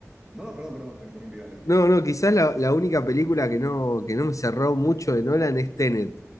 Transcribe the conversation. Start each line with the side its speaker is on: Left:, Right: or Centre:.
Right: No, no, perdón, perdón, te interrumpí, dale, dale.
Left: No, no, quizás la, la única película que no, que no me cerró mucho de Nolan es Tenet.